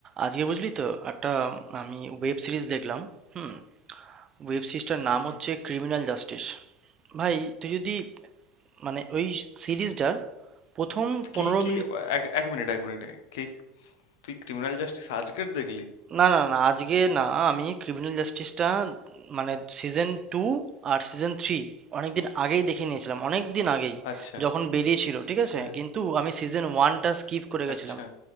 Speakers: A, on the right; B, on the left.
A: আজকে বুঝলি তো একটা আমি ওয়েব সিরিজ দেখলাম হুম ওয়েব সিরিজটার নাম
B: হুম,
A: হচ্ছে
B: হুম।
A: ক্রিমিনাল জাস্টিস ভাই তুই যদি মানে ওই সিরিজটার প্রথম
B: কি
A: পনেরো
B: কি
A: মিনিট
B: এক এক মিনিট এক মিনিট কি তুই ক্রিমিনাল জাস্টিস আজকের দেখলি
A: না না না আজকে না আমি ক্রিমিনাল জাস্টিসটা মানে সিজন টু আর সিজন থ্রি অনেকদিন আগেই দেখে নিয়েছিলাম অনেক দিন আগেই
B: আচ্ছা
A: যখন বেরিয়েছিল ঠিক আছে
B: হ্যাঁ
A: কিন্তু আমি সিজন ওয়ানটা স্কিপ করে গেছিলাম
B: আচ্ছা